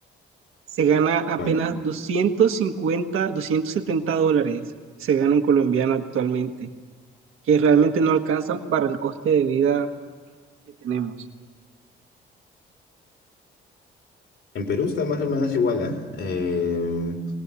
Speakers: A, on the right; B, on the left.
A: Se gana apenas
B: Bueno,
A: 250, 270 dólares. Se gana un colombiano actualmente, que realmente no alcanzan para el coste de vida que tenemos.
B: en Perú está más o menos igual, ¿ah? Eh,